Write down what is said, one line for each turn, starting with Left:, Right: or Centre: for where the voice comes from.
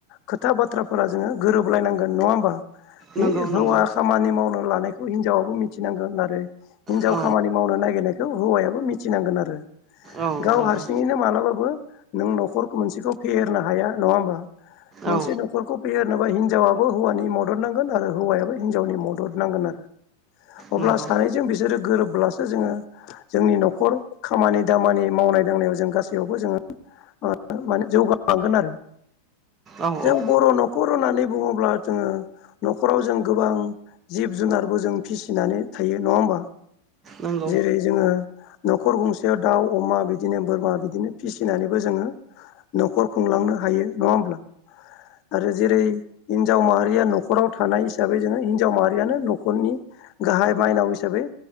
Left: खोथा बाथ्राफोरा जोङो गोरोबलायनांगोन नङा होमबा हि
Right: नंगौ
Left: हौवा
Right: नंगौ
Left: खामानि मावनो लानायखौ हिनजावाबो मिथिनांगोन आरो हिनजाव
Right: औ
Left: खामानि मावनो नागिरनायखौ हौवायाबो मिथिनांगोन आरो
Right: औ
Left: गाव
Right: नंगौ
Left: हारसिङैनो मालाबाबो नों न'खर मोनसेखौ फेहेरनो हाया नङा होमबा मोनसे
Right: औ
Left: न'खरखौ फेहेरनोबा हिनजावाबो हौवानि मदद नांगोन आरो हौवायाबो हिनजावनि मदद नांगोन आरो अब्ला
Right: नंगौ
Left: सानैजों बिसोरो गोरोब्लासो जोङो जोंनि न'खर खर खामानि दामानि मावनाय दांनायाव जों गासैयावबो जोङो ओ माने जौगालांगोन आरो
Right: औ
Left: जों
Right: औ
Left: बर' न'ख खर' होननानै बुङोब्ला जोङो न'खराव जों गोबां जिब जुनारबो जों फिसिनानै थायो नङा होमबा
Right: नंगौ
Left: जेरै जोङो न'खर गंसेयाव दाउ, अमा बिदिनो बोरमा बिदिनो फिसिनानैबो जोङो न'खर खुंलांनो हायो नङा होमब्ला आरो जेरै हिनजाव माहारिया न'खराव थानाय हिसाबै जोङो हिनजाव माहारियानो न'खरनि गाहाइ माइनाव हिसाबै